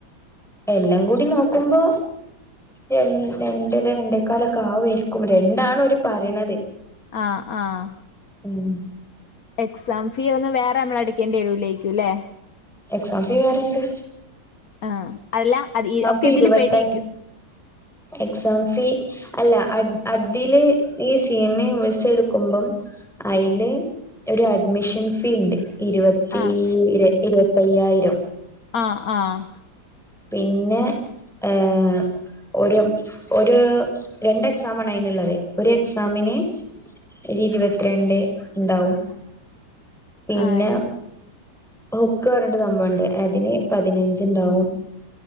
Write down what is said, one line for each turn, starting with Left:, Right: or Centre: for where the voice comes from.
Centre: എല്ലാം കൂടി നോക്കുമ്പോ രണ്ട് രണ്ടര രണ്ടേക്കാലൊക്കെ ആവുവായിരിക്കും രണ്ടാണ് ഓരു പറയണത്.
Left: ആഹ് ആഹ്
Centre: ഉം
Left: എക്സാം ഫീ ഒന്നും വേറെ നമ്മള് അടക്കേണ്ടിവരൂലായിക്കുംലേ?
Centre: എക്സാം ഫീ വേറെയുണ്ട്
Left: ആ അതെല്ലാം അതി ഒക്കെ
Centre: ഫീ
Left: ഇതില്
Centre: ഇരുപത്തഞ്
Left: പെടുവായിരിക്കും.
Centre: എക്സാം ഫീ അല്ല അ അഡ്ഡില് ഈ C. M. A U. S. A ഇട്ക്കുമ്പം അയില് ഒരു അഡ്മിഷൻ ഫീ ഇണ്ട് ഇരുപത്തി
Left: ആഹ്
Centre: തീ ഇരുപത്തയ്യായിരം.
Left: ആഹ് ആഹ്
Centre: പിന്നെ ഏഹ് ഒരു ഒരു രണ്ട് എക്സാമാണതിനുള്ളത് ഒരു എക്സാമിന് ഒരു ഇരുപത്തിരണ്ട് ഇണ്ടാവും പിന്നെ
Left: ആ ശരി
Centre: ഹുക്ക് പറഞ്ഞോണ്ട് സംഭവുണ്ട് അതിന് പതിനഞ്ച് ഇണ്ടാവും